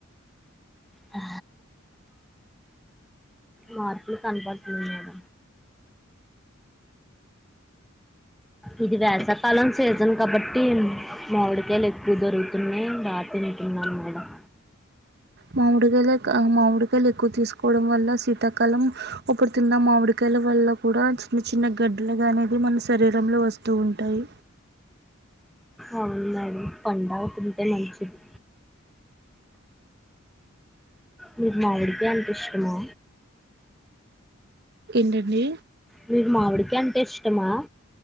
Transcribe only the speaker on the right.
మామిడుగాల మా మాడ్ మామిడికాయలు ఎక్కువ తీసుకోవడం వల్ల సీత కాలం ఉప్పుడు తిందాం మావిడిక గల వల్ల కూడా చిన్న చిన్న గడ్లుగా అనేది మన శరీరంలో వస్తూ ఉంటాయి
ఏంటండి